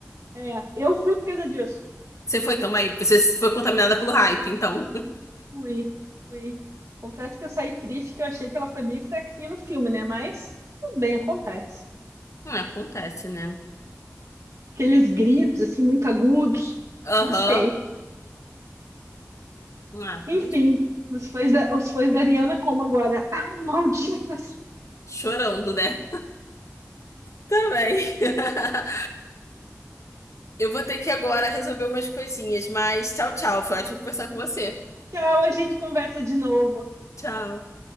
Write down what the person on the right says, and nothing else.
É. Eu fui por causa disso.
Fui, fui. Confesso que eu saí triste, que eu achei que ela foi meio fraquinha no filme, né? Mas tudo bem, acontece.
Aqueles gritos, assim, muito agudos.
Não sei.
Enfim,
os fãs da, os fãs da Ariana como agora? Ah, malditas!
Tchau, a gente conversa de novo.